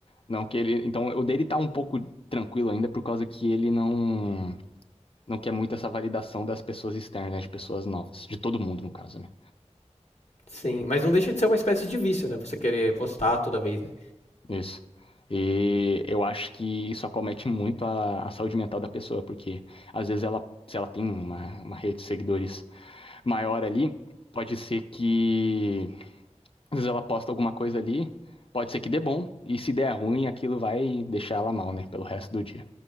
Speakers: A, on the left (about 50°); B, on the left (about 70°).
A: Não que ele. Então, o dele tá um pouco tranquilo ainda por causa que ele não. Não quer muito essa validação das pessoas externas, né? de pessoas novas. De todo mundo, no caso, né?
B: sim. Mas não deixa de ser uma espécie de vício, né? Você querer postar toda vez, né?
A: Isso. E eu acho que isso acomete muito a, a saúde mental da pessoa, porque às vezes ela, se ela tem uma, uma rede de seguidores maior ali, pode ser que às vezes ela posta alguma coisa ali, pode ser que dê bom, e se der ruim, aquilo vai deixar ela mal, né, pelo resto do dia.